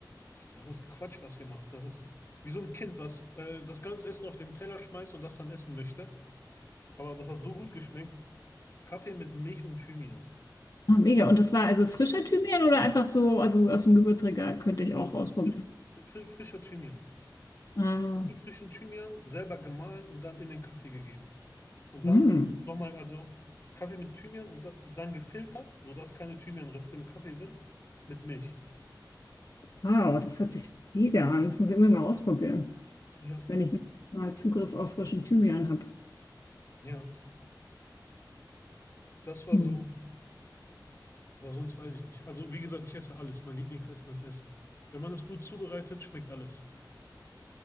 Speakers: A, on the left (about 35°); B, on the left (about 55°).
A: Das ist Quatsch, was ihr macht. Das ist wie so ein Kind, was äh, das ganze Essen auf den Teller schmeißt und das dann essen möchte. Aber das hat so gut geschmeckt. Kaffee mit Milch und Thymian.
B: Ah, mega. Und das war also frischer Thymian oder einfach so, also aus dem Gewürzregal könnte ich auch
A: Frisch,
B: ausprobieren.
A: fri- frischer Thymian.
B: Ah,
A: Frischen Thymian selber gemahlen und dann in den Kaffee gegeben. Und
B: hm.
A: dann nochmal, also Kaffee mit Thymian und da, dann gefiltert, sodass keine Thymianreste im Kaffee sind, mit Milch.
B: Wow, das hört sich mega an. Das muss ich unbedingt mal ausprobieren,
A: Ja,
B: wenn ich mal Zugriff auf frischen Thymian habe.
A: ja, das war
B: Hm.
A: so. Aber sonst weiß ich nicht. Also, wie gesagt, ich esse alles. Mein Lieblingsessen ist Essen. Wenn man es gut zubereitet, schmeckt alles.